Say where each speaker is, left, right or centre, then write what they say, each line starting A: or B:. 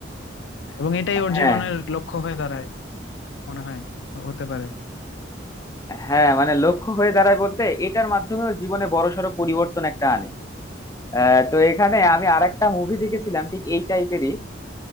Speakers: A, on the left; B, on the left.
A: এবং এটাই ওর
B: হ্যাঁ
A: জীবনের লক্ষ্য হয়ে দাঁড়ায় মনে হয় হ- হতে পারে
B: হ্যাঁ মানে লক্ষ্য হয়ে দাঁড়ায় বলতে এটার মাধ্যমেও জীবনে বড়সড় পরিবর্তন একটা আনে আহ, তো এখানে আমি আরেকটা মুভি দেখেছিলাম ঠিক এই টাইপেরই